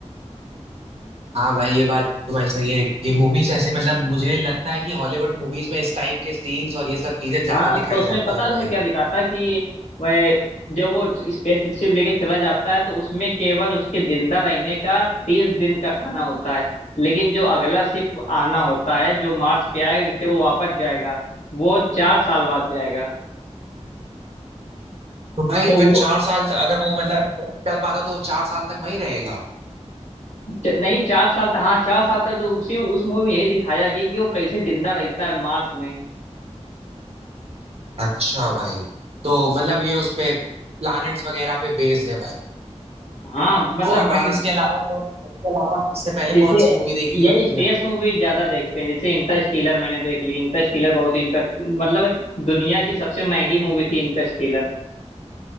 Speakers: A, on the right; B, on the left.
A: हाँ भाई ये बात तो भाई सही है ये मूवीज ऐसे मतलब मुझे लगता है कि हॉलीवुड मूवीज में इस टाइप के सीन्स और ये सब चीजें ज्यादा
B: हाँ
A: दिखाई
B: तो उसमें
A: जाती
B: पता
A: है
B: है
A: भाई
B: उसमें क्या दिखाता है कि वह जब वो स्पेस शिप लेके चला जाता है तो उसमें केवल उसके जिंदा रहने का तीस दिन का खाना होता है लेकिन जो अगला शिप आना होता है जो मार्स पे आएगा जिससे वो वापस जाएगा वो चार साल बाद जाएगा
A: तो भाई
B: तो
A: फिर
B: वो
A: चार साल तक अगर वो मतलब नहीं निकल पाता तो वो चार साल तक वहीं रहेगा
B: च- नहीं चार साल तक हाँ चार साल तक तो उसी में उस मूवी में यही दिखाया गया कि वो कैसे जिंदा रहता है मार्स में
A: अच्छा भाई तो मतलब ये उस पे प्लैनेट्स वगैरह पे बेस्ड है भाई
B: हाँ मतलब
A: और भाई
B: हाँ
A: इसके अलावा कौन इसके अलावा इससे पहले
B: जैसे
A: कौन सी मूवी देखी
B: यही
A: थी भाई तुमने
B: स्पेस मूवी ज्यादा देखते हैं जैसे इंटरस्टेलर मैंने देख ली इंटरस्टेलर बहुत ही इंटर मतलब दुनिया की सबसे महंगी मूवी थी इंटरस्टेलर